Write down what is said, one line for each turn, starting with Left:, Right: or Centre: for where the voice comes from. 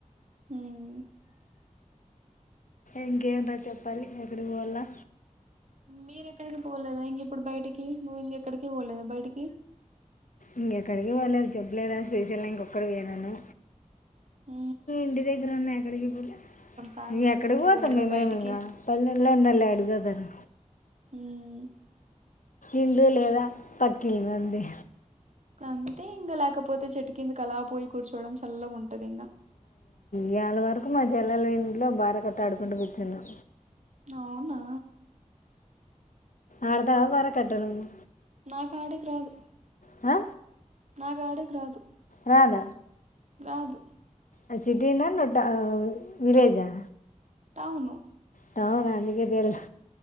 Right: హ్మ్
Left: ఇంకేముంటదీ చెప్పాలి ఎక్కడికి పోవాలా
Right: మీర ఎక్కడికి పోలేదా ఇంక ఇప్పుడు బయటికి నువ్వు ఇంకెక్కడికి పోలేదుా బయటికి ఇ
Left: ఇంకెక్కడికి వాలేదు చెప్పలేదా శ్రీశైల ఇంకొక్కడు వనాను
Right: ఊ
Left: ఇంటి దగ్గర ఉన్నా ఎక్కడికి పోలే
Right: సాయంత్రం
Left: ఎక్కడికి పోతాం
Right: పోలేదా
Left: మేము
Right: బయటికి
Left: ఇంగ పల్లెళ్ళో ఉన్నోళ్ళు ఎడికి పోతారు
Right: హ్మ్
Left: ఇల్లు లేదా పక్కిలు అంతే
Right: ఇంగంతే ఇంకా లేకపోతే చెట్టు కిందకి అలా పోయి కూర్చోవడం చల్లగా ఉన్ టది ఇంగ
Left: ఇవాళ వరకు మా చెల్లెలు ఇంట్లో బార కట్టి ఆడుకుంటూ కూర్చున్నాం
Right: అవునా
Left: ఆడతవ వారా కట్టను నువ్వు
Right: నా ఆడేకి రాదు
Left: అ
Right: నాకు ఆడేకి రాదు
Left: రాద
Right: రాదు
Left: ఆ సిటీ నా న ట్ట విలేజా
Right: అవును
Left: టువు రా అందుకే తెల్స్